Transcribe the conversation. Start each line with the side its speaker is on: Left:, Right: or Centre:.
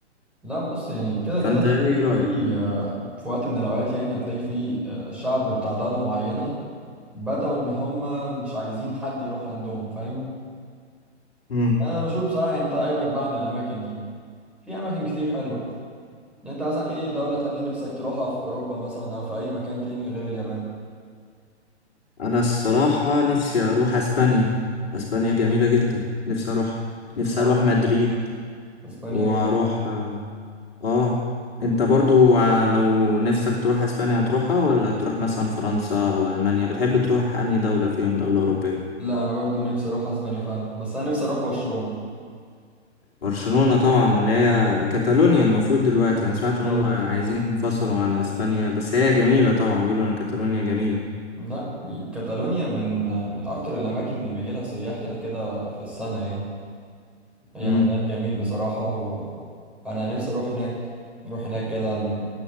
Centre: لا بص يعني كده
Left: فانت
Centre: كده هتلاقي
Left: ايه
Centre: فيه
Left: رأيك
Centre: آه، في وقت من الأوقات يعني هتلاقي فيه آه، شعب بتاع دولة معينة بدأوا إن هم مش عايزين حد يروح عندهم فاهم؟
Left: امم
Centre: أنا بشوف بصراحة يعني أنت ابعد بقى عن الأماكن دي في أماكن كتير حلوة يعني أنت مثلا إيه دولة تانية نفسك تروحها في أوروبا مثلا أو في أي مكان تاني غير اليابان؟
Left: انا الصراحة نفسي اروح اسبانيا اسبانيا جميلة جدا نفسي اروح نفسي
Centre: اه
Left: اروح مدريد
Centre: اسبانيا اسبانيا
Left: واروح
Centre: جميل
Left: اه آه. انت برضو ع- لو نفسك تروح اسبانيا هتروحها ولا تروح مثلا فرنسا او المانيا بتحب تروح انهي دولة فيهم دولة اوروبية
Centre: لا انا برضو نفسي اروح اسبانيا فعلا بس انا نفسي اروح برشلونة
Left: برشلونة طبعا اللي هي كاتالونيا المفروض دلوقتي انا
Centre: بالظبط
Left: سمعت ان هم عايزين ينفصلوا عن اسبانيا بس هي جميلة طبعا بيقولوا ان كاتالونيا جميلة
Centre: لا كاتالونيا من من اكتر الاماكن اللي بيجي لها سياح كده كده في السنة يعني هي
Left: امم
Centre: مكان جميل بصراحة وانا نفسي اروح هناك نروح هناك كده ن-